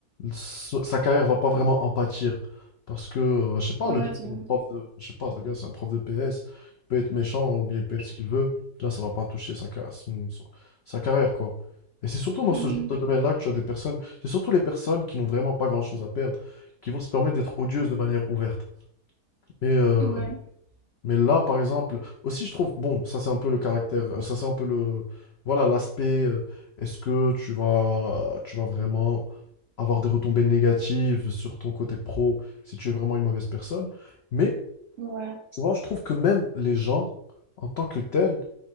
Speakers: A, on the left; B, on the right.
A: so- sa carrière va pas vraiment en pâtir. Parce que, euh, je sais pas,
B: Ouais,
A: le gars, c'est
B: c'est vrai.
A: un prof de, je sais pas, le gars, c'est un prof de PS. Il peut être méchant ou bien il peut être ce qu'il veut. Là, ça va pas toucher sa, ca- son- son- sa carrière, quoi. Et c'est surtout dans
B: Mhm.
A: ce genre de domaine-là que tu as des personnes, c'est surtout les personnes qui n'ont vraiment pas grand-chose à perdre, qui vont se permettre d'être odieuses de manière ouverte. Mais, euh,
B: Mhm. Ouais.
A: mais là, par exemple, aussi, je trouve, bon, ça c'est un peu le caractère, euh, ça c'est un peu le, voilà, l'aspect, euh, est-ce que tu vas, tu vas vraiment avoir des retombées négatives sur ton côté pro si tu es vraiment une mauvaise personne. Mais,
B: Ouais.
A: tu vois, je trouve que même les gens, en tant que tels,